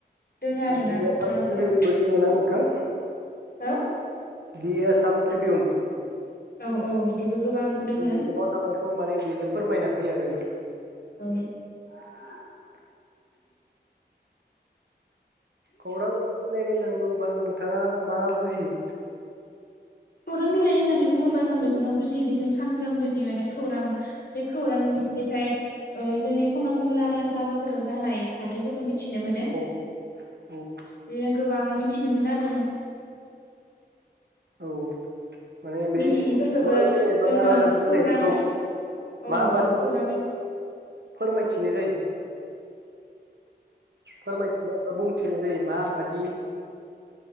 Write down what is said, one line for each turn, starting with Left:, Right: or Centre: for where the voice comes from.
Left: दङ आरोना
Right: आरो दि
Left: खौरांफोरा
Right: आसाम ट्रिबिउनबो दोङोना नोंथां
Left: औ।
Right: दि आसाम ट्रिबियउन।
Left: औ औ बिदिबो गोबां दोङो।
Right: सिङाव थानायखौ माने बे फोरमायना होयो आरो बेयाव।
Left: औ।
Right: <unintelligible> खौरां नैहोनानै। बुंबा नोंथाङा मा बुजियो।
Left: खौरां बिलाइ होननानै बुङोबा जों बेखौनो बुजियोदि जों सानफ्रोमबोनि माने खौरां। बे खौरांनिफ्राय ओ जोंनि। खना खनलाया जागाफोराव जानाय जाथायफोरखौ। खो मिथिनो मोनो।
Right: औ औ
Left: बे आग गोबां मिथिनो मोनो आरो जों।
Right: औ माने बे
Left: मिथियैफोरखौबो
Right: खौरां बिलाइ
Left: जोङो
Right: बा रादाब बिलाइखौ
Left: खौरां औ
Right: माबादि
Left: औ खौरां
Right: फोरमायथिनाय जायो। फोरमायथिलाय ओ बुं। थेनाय जायो मा बादि